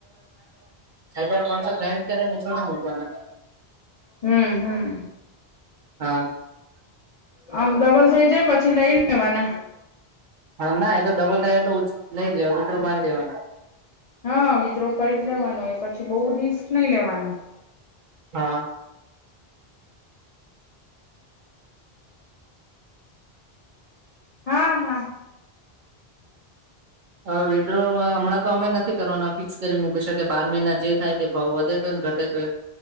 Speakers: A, on the right; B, on the left.
A: હજાર પાંચસો ગાન્ડ કરે ને છોડી, મૂકવાના
B: હમ્મ હમ્મ
A: હા
B: આમ ડબલ થઇ જાય પછી લઈ લેવાના
A: હા ના એ તો ડબલ થાય એટલે લઈ લેવા વિદ્રો મારી દેવાના
B: હા વિદ્રોહ કરી જ લેવાનો એ પછી.
A: હા
B: હા હા
A: હવે વિડ્રોલ હમણાં તો અમે નથી કરવાના ફિક્સ કરી મૂકી શકે બાર મહિના જે થાય જે ભાવ વધે તો ને ઘટે તોય